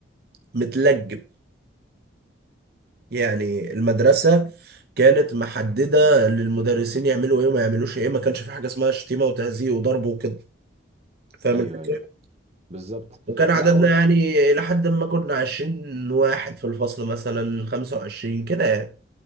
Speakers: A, on the right; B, on the right.
A: متلج يعني المدرسة كانت محددة للمدرسين يعملوا ايه وما يعملوش ايه ما كانش في حاجة اسمها شتيمة وتهزيء وضرب وكده فاهم
B: ايوه
A: الفكرة
B: ايوه بالظبط
A: وكان عددنا
B: لا هو
A: يعني إلى حد ما كنا 20 واحد في الفصل مثلا 25 كده يعني